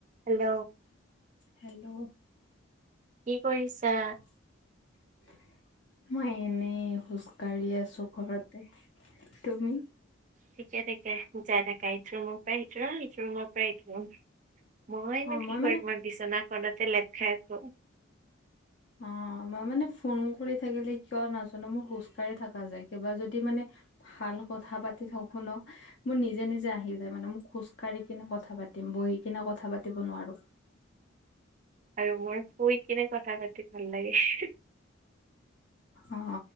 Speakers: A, on the right (about 35°); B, on the left (about 55°).
A: Hello.
B: Hello.
A: কি কৰিছা?
B: <unintelligible> মই এনেই খোজ কাঢ়ি আছো ঘৰতে, তুমি?
A: ঠিকে ঠিকে যাই থাকা ইটো ৰুমৰ পৰা সিটো ৰুম সিটো ৰুমৰ পৰা ইটো ৰুম। মইনো
B: অ
A: কি
B: মই মানে
A: কৰিম তোমাৰ বিছনা খনতে লেপ খাই আছো।
B: অ মই মানে ফোন কৰি থাকিলে কিয় নাজানো মোৰ খোজ কঢ়ি থকা যায় কিবা যদি মানে ভাল কথা পাতি থওক শুনক মোৰ নিজে নিজে আহি যায় মানে মোক খোজ কঢ়ি কিনে কথা পাতিম বহি কিনে কথা পাতিব নোৱাৰো।
A: আৰু মোৰ শুই কিনে কথা পাতি ভাল লাগে।
B: অ